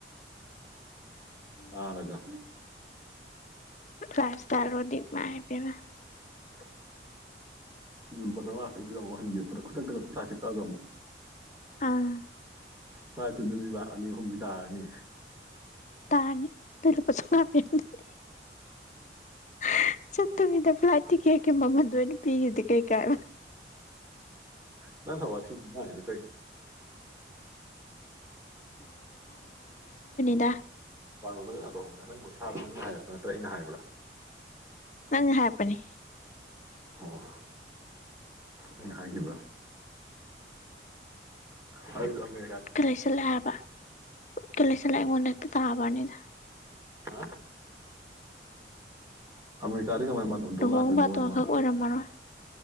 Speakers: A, on the right; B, on the left.
A: ꯄꯥꯔꯒ
B: ꯔꯥꯏꯁꯇꯥꯥꯔꯣꯗꯤ ꯃꯥꯏ ꯄꯦꯝꯃꯥ
A: <inaudible> ꯗꯨꯒ ꯂꯨꯄꯥ ꯆꯧꯉꯥ ꯈꯇꯪ ꯄꯤꯔꯝꯃ ꯍꯟꯒꯤꯕ ꯈꯨꯗꯛꯇꯒ ꯐ꯭ꯂꯥꯏꯠꯁꯦ ꯀꯛꯑꯒ ꯑꯃꯨꯛ
B: ꯑꯥ
A: ꯐ꯭ꯂꯥꯏꯠ ꯇꯨꯗꯗꯤ ꯂꯥꯛ ꯑꯅꯤ ꯍꯨꯝꯗꯤ ꯇꯥꯔꯅꯤ
B: ꯇꯥꯔꯅꯤ ꯇ ꯂꯨꯄꯥ ꯆꯧꯉꯥ ꯄꯤꯔꯝꯗꯨꯗꯤ ꯍ ꯍ ꯆꯠꯇꯕꯤꯗꯥ ꯐ꯭ꯂꯥꯏꯠ ꯇꯤꯛꯀꯦꯠ ꯀꯤ ꯃꯃꯟꯗꯣ ꯑꯣꯏꯅ ꯄꯤꯒꯤꯕꯗꯤ ꯀꯩ ꯀꯥꯏꯕ
A: ꯅꯪꯅ ꯋꯥꯊꯤ ꯉꯥꯡꯉꯤꯗꯣ ꯀꯩ
B: ꯗꯥ
A: ꯋꯥꯉꯜꯕ ꯌꯥꯗ꯭ꯔꯣ ꯅꯪ ꯄꯣꯊꯥꯗꯣ ꯅꯪꯅ ꯍꯥꯏꯔꯛꯄ ꯅꯠꯇ꯭ꯔꯥ ꯑꯩꯅ ꯍꯥꯏꯕ꯭ꯔꯥ
B: ꯅꯪꯅ ꯍꯥꯏꯔꯛꯄꯅꯤ
A: ꯑꯣ ꯑꯩꯅ ꯍꯥꯏꯒꯤꯕ꯭ꯔꯥ ꯑꯗꯨꯖꯨ ꯑꯃꯦ
B: ꯀꯗꯥꯢ ꯆꯠꯂꯦ ꯍꯥꯏꯕꯥ ꯀ ꯂꯩꯁꯤꯜꯂꯦ ꯑꯩꯉꯣꯟꯗ ꯇ ꯇꯥꯕꯋꯥꯅꯤꯗ
A: ꯍꯥ ꯑꯝꯦꯔꯤꯀꯥ ꯀꯩ ꯀꯃꯥꯏꯅ ꯕꯥꯇꯣꯟ ꯇꯧ
B: ꯂꯨꯍꯣꯡ
A: ꯂꯥꯛꯇꯣꯏꯅꯣꯕ
B: ꯕꯥꯇꯣꯟ
A: ꯑꯩꯉꯣꯟꯗ
B: ꯈꯛ ꯑꯣꯏꯔꯝꯃꯔꯣꯏ